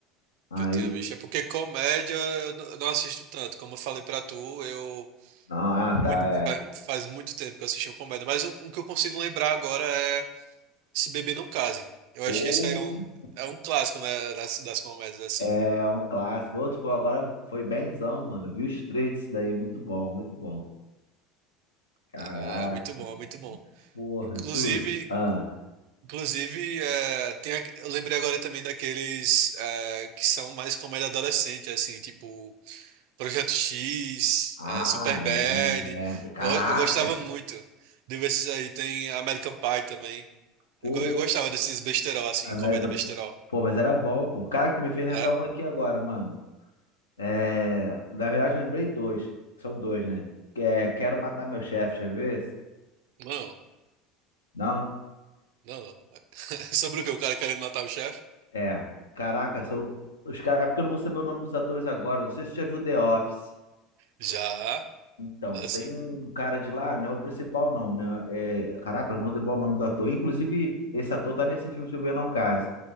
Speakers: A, on the left; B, on the right.
A: Aí.
B: Que eu tinha visto. É porque comédia eu n- eu não assisto tanto. Como eu falei pra tu, eu
A: Ah,
B: Muito,
A: tá, é.
B: faz, faz muito tempo que eu assisti um comédia, mas um, um que eu consigo lembrar agora é Se Beber Não Case. Eu
A: Porra.
B: acho que esse aí é um, é um clássico, né, das, das comédias, assim.
A: É um clássico. Outro foi agora, foi benzão, mano. Eu Vi os três disso daí. Muito bom, muito bom. Caraca.
B: É, é muito bom, é muito bom.
A: Porra,
B: Inclusive,
A: tu. Ah,
B: inclusive é, tem, a- eu lembrei agora também daqueles é, que são mais comédia adolescente, assim, tipo Projeto X,
A: ah,
B: é, Superbad.
A: é. é. Caraca.
B: Eu, eu gostava muito desses aí. Tem American Pie também.
A: Porra.
B: Eu, go- eu gostava desses besterol, assim,
A: Ah,
B: comédia
A: mas-
B: besterol.
A: Pô, mas era bom, pô. Cara, que tu me fez lembrar
B: né?
A: um aqui agora, mano. É... Na verdade, eu lembrei dois. São dois, né? Que é Quero Matar Meu Chefe, já viu esse?
B: Não,
A: Não?
B: não. <laughs> Sobre o que? O cara querendo matar o chefe?
A: É. Caraca, são... Os cara... É porque eu não vou saber o nome dos atores agora. Não sei se você já viu The Office.
B: Já,
A: Então,
B: já sim.
A: tem um cara de lá, não é o principal, não, né? É... Caraca, não vou lembrar o nome do ator. Inclusive, esse ator tá nesse filme, se eu bem não caso.